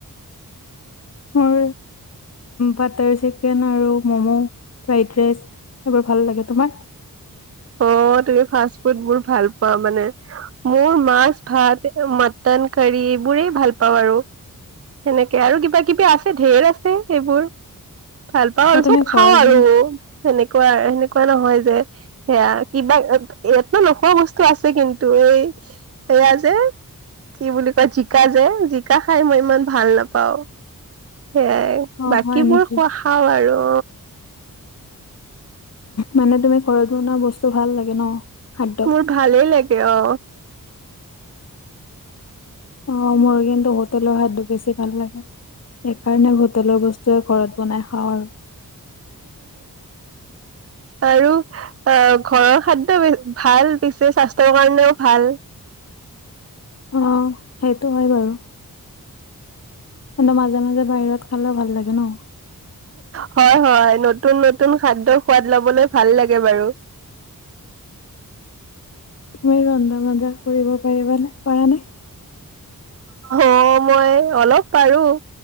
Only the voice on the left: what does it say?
মোৰ বাটাৰ চিকেন আৰু মমো ফ্ৰাইড ৰাইচ। এইবাৰ ভাল লাগে তোমাৰ।
অ তুমি
ঘৰত
বন
অ
হয় নেকি
মানে তুমি ঘৰত বনোৱা বস্তু ভাল লাগে ন। খাদ্য
অ মোৰ কিন্তু হোটেলৰ হাতটো বেছি ভাল লাগে। সেইকাৰণে হোটেলৰ বস্তুৱে ঘৰত বনাই খাওঁ আৰু।
অ সেইটো হয় বাৰু। কিন্তু মাজে মাজে বাহিৰত খালেও ভাল লাগে ন।
তুমি ৰন্ধা বন্ধা কৰিব পাৰিবানে পাৰ নাই।